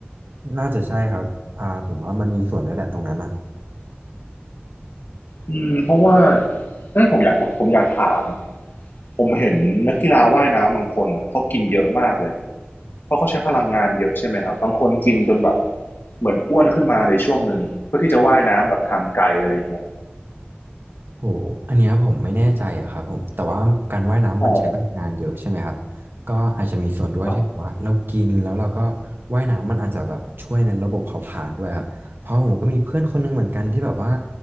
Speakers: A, on the right (about 60°); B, on the left (about 60°).
A: น่าจะใช่ครับอ่าผมว่ามันมีส่วนด้วยแหละตรงนั้นอ่ะ
B: อืมเพราะว่าเอ้ยผมอยากผมอยากถาม ผมเห็นนักกีฬาว่ายน้ำบางคนอ่ะเขากินเยอะมากเลยเพราะเขาใช้พลังงานเยอะใช่ไหมครับบางคนกินจนแบบเหมือนอ้วนขึ้นมาในช่วงหนึ่งเพื่อที่จะว่ายน้ำแบบทางไกลอะไรอย่างเงี้ย
A: โหอันเนี้ยผมไม่แน่ใจอะครับผมแต่ว่าการว่ายน้ำมันใช้พลังงานเยอะใช่ไหมครับ
B: อ๋อ
A: ก็อาจจะมีส่วนด้วยที่แบบว่าเรากินแล้วเราก็
B: ครับ
A: ว่ายน้ำมันอาจจะแบบช่วยในระบบเผาผลาญด้วยครับเพราะผมก็มีเพื่อนคนนึงเหมือนกันที่แบบว่า